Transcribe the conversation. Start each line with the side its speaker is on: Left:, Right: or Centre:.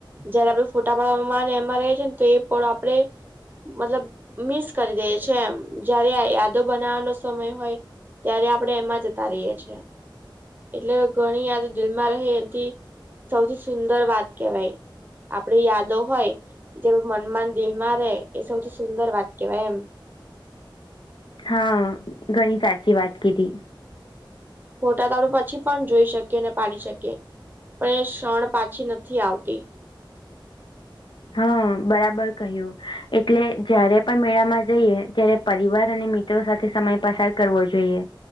Right: જયારે આપડે ફોટા પાડવામાં એમાં રે છે ને તો એ પણ આપડે મતલબ મિસ કરી દઇએ છે એમ જયારે આ યાદો બનાવવાનો સમય હોય, ત્યારે આપણેે એમાં જતા રહીએ છે, એટલે ઘણી યાદો દિલમાં રહે સૌથી સુંદર વાત કેવાય આપડી યાદો હોય જે મનમાં ન દિલમાં રહેે, એ સૌથી સુંદર વાત કેહેવાય એમ
Left: હા, ઘણી સાચી વાત કીધી.
Right: ફોટા તો આપણે પછી પણ જોઈ શકીએ ને પાડી શકીએ, પણ એ ક્ષણ પાછી નથી આવતી.
Left: હા બરાબર કહ્યું. એટલે જયારે પણ મેળામાં જઈએ ત્યારે પરિવાર અને મિત્ મિત્રો સાથે સમય પસાર કરવો જોઈએ,